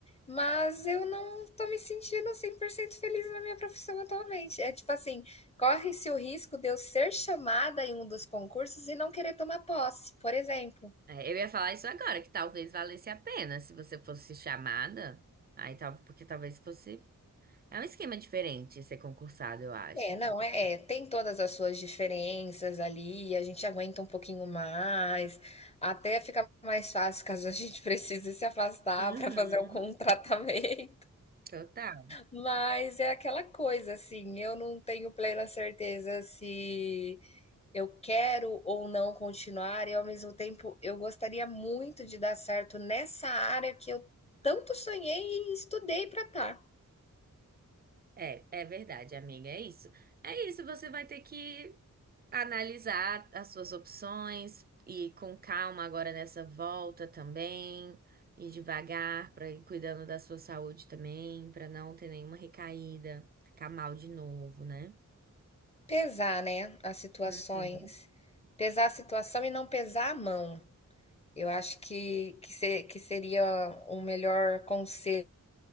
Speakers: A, on the left; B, on the right.
A: mas eu não estou me sentindo 100% feliz na minha profissão atualmente. É tipo assim, corre-se o risco de eu ser chamada em um dos concursos e não querer tomar posse, por exemplo.
B: É, eu ia falar isso agora, que talvez valesse a pena se você fosse chamada. Aí, tal, porque talvez fosse. É um esquema diferente ser concursado, eu acho.
A: É, não, é, é, tem todas as suas diferenças ali, a gente aguenta um pouquinho mais, até fica mais fácil caso a gente <laughs> precise se afastar
B: Uhum,
A: para fazer algum <laughs> tratamento.
B: total.
A: Mas é aquela coisa, assim, eu não tenho plena certeza se eu quero ou não continuar, e ao mesmo tempo eu gostaria muito de dar certo nessa área que eu tanto sonhei e estudei para estar.
B: É, é verdade, amiga, é isso. É isso, você vai ter que analisar as suas opções e com calma agora nessa volta também, e devagar para ir cuidando da sua saúde também, para não ter nenhuma recaída, ficar mal de novo, né?
A: Pesar, né, as situações.
B: Uhum.
A: Pesar a situação e não pesar a mão. Eu acho que que se que seria o melhor conselho